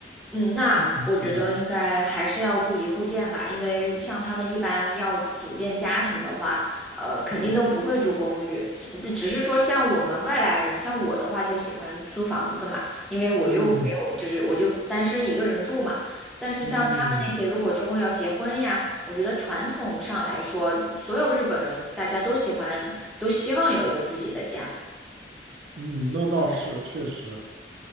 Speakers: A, in the centre; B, on the right (about 70°).
A: 嗯，那我觉得应该还是要住一户建吧，
B: 住宅？
A: 因为像他们一般要组建家庭的话，呃，肯定都不会住公寓，
B: 嗯
A: 这只是说像我们外来人，像我的话就喜欢租房子嘛，因为我又嗯没有，
B: 嗯
A: 就是我就单身一个人住嘛。但是像嗯他们那些，
B: 嗯。
A: 如果之后要结婚呀，我觉得传统上来说，所有日本人大家都喜欢，都希望有一个自己的家。
B: 嗯，那倒是确实。